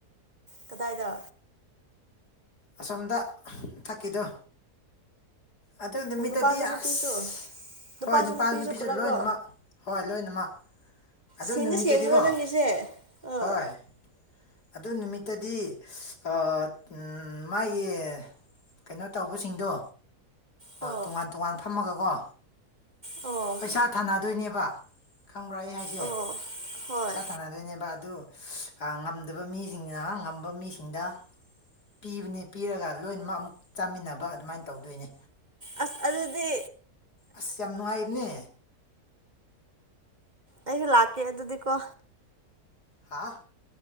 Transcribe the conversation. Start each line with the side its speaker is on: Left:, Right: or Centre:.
Right: ꯀꯗꯥꯏꯗ
Left: ꯑꯁꯣꯝꯗ ꯊꯛꯀꯤꯗꯣ ꯑꯗꯨ ꯅꯨꯃꯤꯠꯇꯨꯗꯤ
Right: ꯑꯣ ꯅꯨꯄꯥꯁꯨ ꯅꯨꯄꯤꯁꯨ
Left: ꯑꯁ
Right: ꯅꯨꯄꯥꯁꯨ
Left: ꯍꯣꯏ ꯅꯨꯄꯥ ꯅꯨꯄꯤꯁꯨ
Right: ꯄꯨꯂꯞꯔꯣ
Left: ꯂꯣꯏꯅꯃꯛ ꯍꯣꯏ ꯂꯣꯏꯅꯃꯛ ꯑꯗꯨ
Right: ꯁꯦꯡꯗꯤ
Left: ꯅꯨꯃꯤꯠꯇꯗꯤꯀꯣ
Right: ꯁꯦꯡꯕꯔꯣ ꯅꯪꯒꯤꯁꯦ ꯑꯥ
Left: ꯍꯣꯏ ꯑꯗꯨ ꯅꯨꯃꯤꯠꯇꯨꯗꯤꯑꯥ ꯎꯝ ꯃꯥꯒꯤ ꯀꯩꯅꯣ ꯇꯧꯕꯁꯤꯡꯗꯣ
Right: ꯑꯣ
Left: ꯇꯣꯉꯥꯟ ꯇꯣꯉꯥꯟ ꯐꯝꯃꯒꯀꯣ
Right: ꯑꯣ
Left: ꯄꯩꯁꯥ ꯊꯥꯅꯗꯣꯏꯅꯦꯕ ꯈꯪꯕ꯭ꯔꯥ ꯑꯩ ꯍꯥꯏꯁꯦ
Right: ꯑꯣ ꯍꯣꯏ
Left: ꯄꯩꯁꯥ ꯊꯥꯅꯗꯣꯏꯅꯦꯕ ꯑꯗꯨ ꯉꯝꯗꯕ ꯃꯤꯁꯤꯡꯁꯤꯅ ꯉꯝꯕ ꯃꯤꯁꯤꯡꯗ ꯄꯤꯕꯅꯦ ꯄꯤꯔꯒ ꯂꯣꯏꯅꯃꯛ ꯑꯃꯨꯛ ꯆꯥꯃꯤꯟꯅꯕ ꯑꯗꯨꯃꯥꯏꯅ ꯇꯧꯗꯣꯏꯅꯦ
Right: ꯑꯁ ꯑꯗꯨꯗꯤ
Left: ꯑꯁ ꯌꯥꯝ ꯅꯨꯡꯉꯥꯏꯕꯅꯦ
Right: ꯑꯩꯁꯨ ꯂꯥꯛꯀꯦ ꯑꯗꯨꯗꯤꯀꯣ
Left: ꯂꯥꯛꯑꯣ